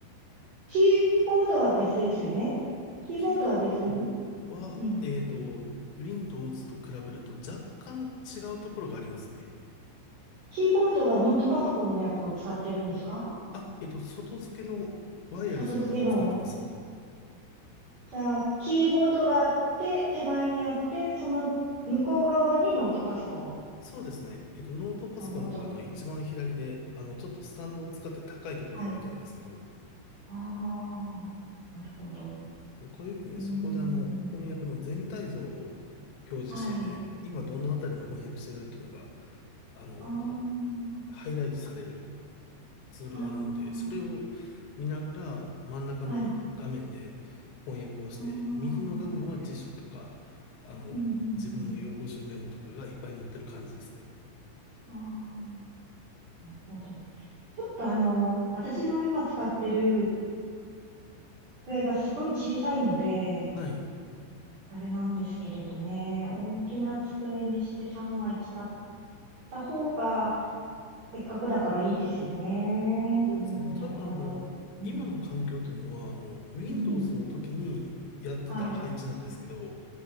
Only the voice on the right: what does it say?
キーボードは別ですよね。キーボードは別に、
うん。
キーボードはノートパソコンのやつを使ってるんですか
外付けの。じゃあ、キーボードがあって、手前にあって、その向こう側にノートパソコン。
なるほど。
はい。ああ、なるほど。
うーん。
はい。
ああ、
あ
あ、はい。ああ、うん、
うん、
うん。ああ、なるほど。ちょっとあの、私の今使ってる机がすごい小さいので、
あれなんですけれどね、大きな机にして3枚使った方が、せっかくだからいいですよね。
うん、
なるほど。
うん、
うん、
はい、